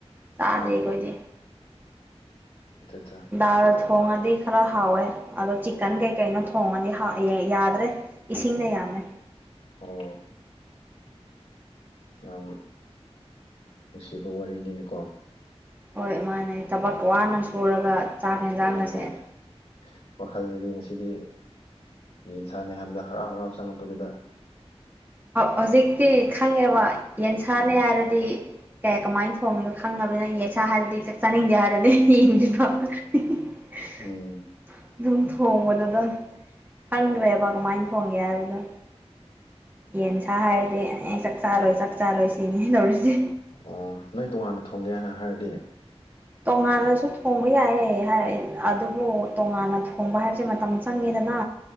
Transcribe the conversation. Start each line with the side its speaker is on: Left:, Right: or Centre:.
Right: ꯆꯥꯗꯦꯈꯣꯏꯗꯤ
Left: ꯎꯝ ꯎꯝ ꯑꯠꯆꯥ ꯑꯠꯆꯥ
Right: ꯗꯥꯜ ꯊꯣꯡꯉꯗꯤ ꯈꯔ ꯍꯥꯎꯋꯦ ꯑꯗꯣ ꯆꯤꯛꯀꯟ ꯀꯩꯀꯩꯅꯣ ꯊꯣꯡꯉꯗꯤ ꯌꯥꯗ꯭ꯔꯦ ꯏꯁꯤꯡꯅ ꯌꯥꯝ ꯚꯦ
Left: <unintelligible> ꯌꯥꯝ ꯅꯨꯡꯁꯤꯕ ꯋꯥꯔꯤꯅꯤꯅꯦꯀꯣ
Right: ꯍꯣꯏ ꯏꯃꯥꯏꯅ ꯊꯕꯛꯀ ꯋꯥꯅ ꯁꯨꯔꯒ ꯆꯥꯛ ꯌꯦꯟꯁꯥꯡꯒꯁꯦ
Left: ꯃꯥꯅꯦ ꯃꯥꯅꯦ ꯋꯥꯈꯜꯗꯗꯤ ꯉꯁꯤꯗꯤ ꯌꯦꯟ ꯁꯥꯅꯤ ꯍꯥꯏꯕꯗ ꯍꯔꯥꯎ ꯍꯔꯥꯎ ꯆꯪꯉꯛꯄꯗꯨꯗ
Right: ꯍꯧꯖꯤꯛꯇꯤ ꯈꯪꯉꯦꯕ ꯌꯦꯟꯁꯥꯡꯅꯤ
Left: ꯎꯝ
Right: ꯍꯥꯏꯔꯗꯤ ꯀꯌꯥ ꯀꯃꯥꯏꯅ ꯊꯣꯡꯉꯤꯅꯣ ꯈꯪꯉꯕꯅ ꯌꯦꯁꯥ ꯍꯥꯏꯔꯗꯤ ꯆꯥꯛ ꯆꯥꯅꯤꯡꯗꯦ ꯍꯥꯏꯔꯗꯤ <unintelligible>
Left: ꯎꯝ
Right: ꯑꯗꯨꯝ ꯊꯣꯡꯕꯗꯨꯗ ꯈꯪꯈ꯭ꯔꯦꯕ ꯀꯃꯥꯏꯅ ꯊꯣꯡꯒꯦ ꯍꯥꯏꯕꯗꯣ ꯌꯦꯟ ꯁꯥ ꯍꯥꯏꯔꯗꯤ ꯑꯩ ꯆꯥꯛ ꯆꯥꯔꯣꯏ ꯆꯥꯛ ꯆꯥꯔꯣꯏ ꯁꯤꯅꯦ ꯇꯧꯔꯤꯁꯦ
Left: ꯑꯣ ꯅꯣꯏ ꯇꯣꯉꯥꯟꯅ ꯊꯣꯡꯒꯦ ꯍꯥꯏꯅ ꯍꯥꯏꯔꯗꯤ
Right: ꯇꯣꯉꯥꯟꯅꯁꯨ ꯊꯣꯡꯕ ꯌꯥꯏꯑꯦ ꯑꯗꯨꯕꯨ ꯇꯣꯉꯥꯟꯅ ꯊꯣꯡꯕ ꯍꯥꯏꯕꯁꯦ ꯃꯇꯝ ꯆꯪꯉꯤꯗ ꯅ